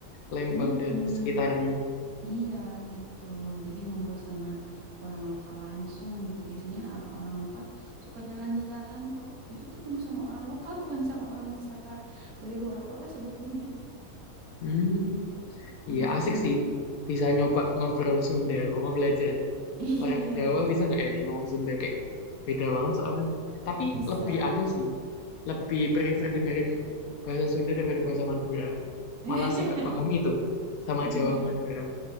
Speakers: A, on the left; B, on the right.
A: Lembang
B: Mm-mm.
A: dan sekitarnya.
B: Iya gitu. Jadi ngobrol sama orang lokal langsung gitu. Biasanya orang-orang lokal suka jalan-jalan kok. Itu tuh penuh sama orang lokal, bukan sama orang wisata dari luar kota sebetulnya.
A: Hmm.
B: Mm-mm.
A: Iya asik sih. Bisa nyoba ngobrol Sunda, mau belajar.
B: Iya,
A: Orang Jawa bisa nggak ya nih ngomong Sunda kayak beda banget soalnya. Tapi
B: bisa.
A: lebih anu sih, lebih prefer dengerin bahasa Sunda daripada bahasa Madura.
B: <laughs>
A: Malah saya nggak paham itu sama
B: Iya,
A: Jawa Madura.